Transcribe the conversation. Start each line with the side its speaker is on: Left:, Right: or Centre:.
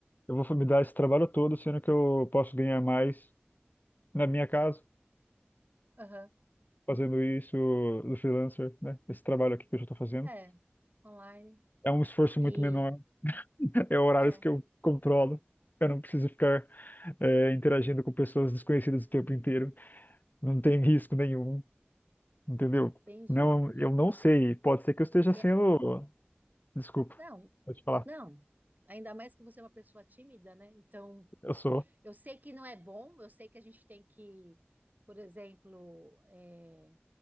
Left: eu vou me dar esse trabalho todo, sendo que eu posso ganhar mais na minha casa,
Right: aham,
Left: fazendo isso do freelancer, né? Esse trabalho aqui que eu já tô fazendo.
Right: é, online
Left: É um esforço
Right: e
Left: muito menor, <laughs> é horários
Right: é.
Left: que eu controlo. Eu não preciso ficar eh, interagindo com pessoas desconhecidas o tempo inteiro. Não tem risco nenhum. entendeu?
Right: Entendi.
Left: Não, eu não
Right: E,
Left: sei. Pode ser que eu esteja
Right: e
Left: sendo.
Right: é-
Left: Desculpa,
Right: não,
Left: pode falar.
Right: não. Ainda mais que você é uma pessoa tímida, né? Então,
Left: Eu sou.
Right: eu sei que não é bom, eu sei que a gente tem que, por exemplo, é,